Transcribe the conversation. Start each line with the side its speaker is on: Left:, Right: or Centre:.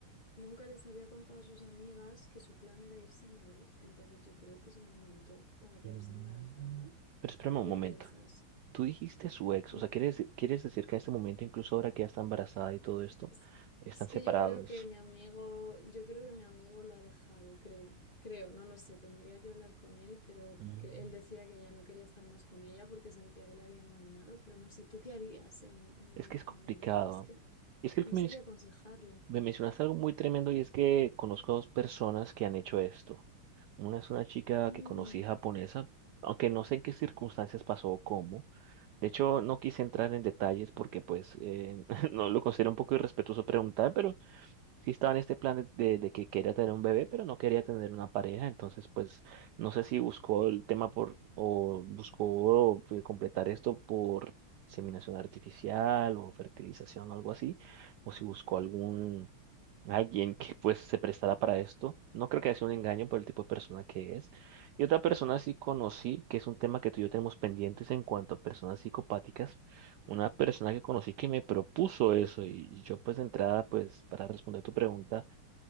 Left: Nunca les había contado a sus amigas que su plan era irse a Madrid, entonces yo creo que se lo inventó para quedarse
Right: Mm.
Left: embarazada.
Right: Pero espérame
Left: ¿Tú
Right: un
Left: qué
Right: momento.
Left: piensas?
Right: Tú dijiste su ex,
Left: Hmm.
Right: o sea, ¿quieres, decir- quieres decir que a este momento, incluso ahora que ya está embarazada y todo esto,
Left: Es,
Right: están
Left: es que
Right: separados?
Left: yo creo que mi amigo, yo creo que mi amigo lo ha dejado, creo. Creo, no lo sé, tendría que hablar con él, pero
Right: Mm.
Left: cre- él decía que ya no quería estar más con ella porque sentía que le había engañado, pero no sé, ¿tú qué harías en, en el
Right: Es
Left: lugar
Right: que es complicado.
Left: de mi amigo? Es que
Right: Es que lo
Left: no
Right: que
Left: sé qué aconsejarle.
Right: Me mencionaste algo muy tremendo y es que conozco a dos personas que han hecho esto. Una es una chica
Left: Mm,
Right: que conocí japonesa, aunque no sé en qué circunstancias pasó o cómo. De hecho, no quise entrar en detalles porque pues eh, <laughs> no lo considero un poco irrespetuoso preguntar, pero sí estaba en este plan de, de- de que quería tener un bebé, pero no quería tener una pareja, entonces pues no sé si buscó el tema por, o buscó eh, completar esto por inseminación artificial o fertilización o algo así, o si buscó algún, alguien que pues se prestara para esto. No creo que sea un engaño por el tipo de persona que es. Y otra persona sí conocí, que es un tema que tú y yo tenemos pendientes en cuanto a personas psicopáticas, una persona que conocí que me propuso eso y yo pues de entrada pues para responder tu pregunta,